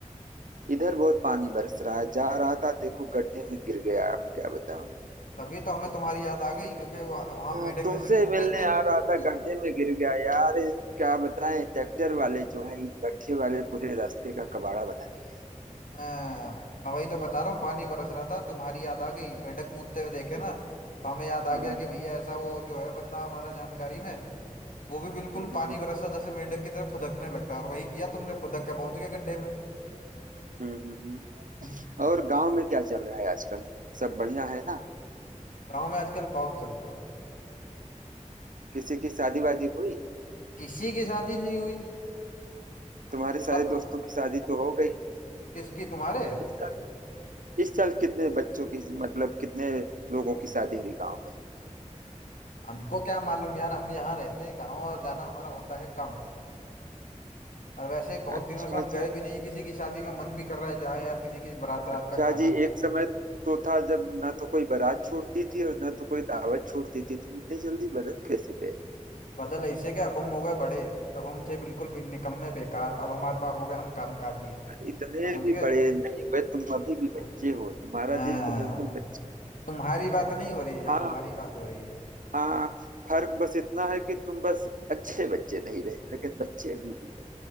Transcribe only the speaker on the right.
इधर बहुत पानी बरस रहा है जा रहा था देखो गड्ढे में गिर गया आप क्या बताओ
हाँ,
तुमसे
मिलने
आ रहा था गड्ढे में गिर गया यार ये क्या बताएं ट्रैक्टर वाले जो हैं ईट भट्ठे वाले पूरे रास्ते का कबाड़ा बना दिए
हम्म,
हम्म,
हम्म,
हम्म।
हम्म हम्म, हम्म।
और गांव में क्या चल रहा है आजकल सब बढ़िया है ना
किसी की शादी वादी हुई
तुम्हारे
सारे दोस्तों की शादी तो हो गई
इस साल इस साल कितने बच्चों की मतलब कितने लोगों की शादी हुई गांव में
अच्छा
जी
अच्छा
जी
एक समय तो था जब ना तो कोई बारात छोड़ती थी और ना तो कोई दावत छोड़ती थी तुम इतने जल्दी बदल कैसे गए
इतने
भी
बड़े नहीं हुए तुम अभी भी बच्चे
हो तुम्हारा
दिल तो बिल्कुल बच्चे
हाँ
हाँ फर्क बस इतना है कि तुम बस अच्छे बच्चे नहीं रहे लेकिन बच्चे अभी भी हो